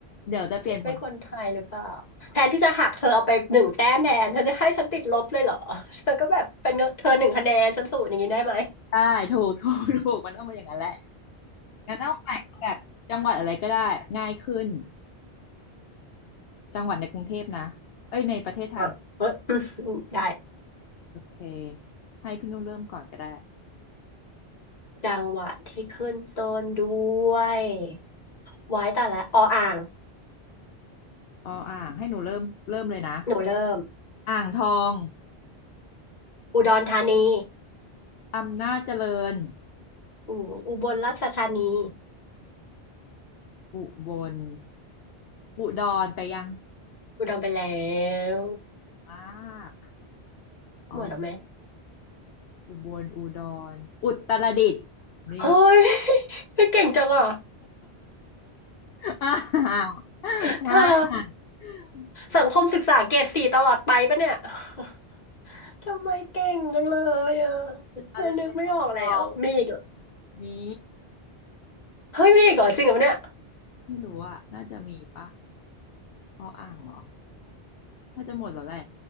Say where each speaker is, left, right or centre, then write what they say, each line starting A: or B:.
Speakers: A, on the left; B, on the left.
A: เดี๋ยวจะเปลี่ยนหมวด
B: ฉันเป็นคนไทยหรือเปล่าแทนที่จะหักเธอเอาไปหนึ่งแต้มแทนเธอจะให้ฉันติดลบเลยเหรอ <laughs> เธอก็แบบเป็นเธอหนึ่งคะแนนฉันศูนย์อย่างนี้ได้ไหม
A: ได้ถูกถูกถูกมันต้องเป็นอย่างนั้นแหละ งั้นเอาใหม่แบบจังหวัดอะไรก็ได้ง่ายขึ้นจังหวัดในกรุงเทพนะเอ้ยในประเทศไทย
B: อ่ะเฮ้ย <laughs> ได้
A: โอเคให้พี่นุ่นเริ่มก่อนก็ได้
B: จังหวัดที่ขึ้นต้นด้วยไว้แต่ละอออ่าง
A: อ๋ออ่างให้หนูเริ่มเริ่มเลยนะ
B: หนูเริ่ม
A: อ่างทอง
B: อุดรธานี
A: อำนาจเจริญ
B: อืมอุบลราชธานี
A: อุบลอุดรไปยัง
B: อุดรไปแล้ว
A: มากอ๋อ
B: หมดแล้วไหม
A: อุบลอุดรอุตรดิตถ์นี่
B: เฮ้ย <laughs> เฮ้ยเก่งจังอ่ะ
A: <laughs> อ่า
B: <laughs>
A: มา
B: เธอ
A: <laughs> เ
B: สังคมศึกษาเกรดสี่ตลอดไปปะเนี่ย <laughs> ทำไมเก่งจังเลยอ่ะ
A: อ่ะเริ่มแล้วต่อ
B: ไม่นึกไม่ออกแล้วมีอีกเหรอ
A: มี
B: เฮ้ยมีอีกเหรอจริงเหรอเนี่ย
A: ไม่รู้อ่ะน่าจะมีปะอ้ออ่างเหรอ น่าจะหมดแล้วแหละ